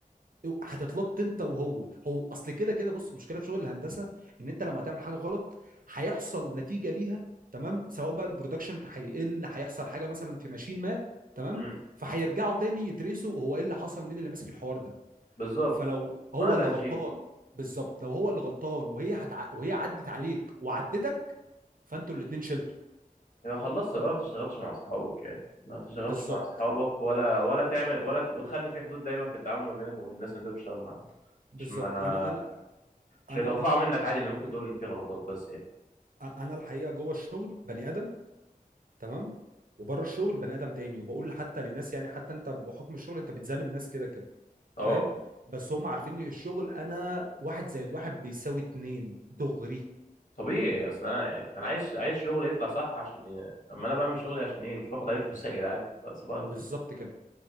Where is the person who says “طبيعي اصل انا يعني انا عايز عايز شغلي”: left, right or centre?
Left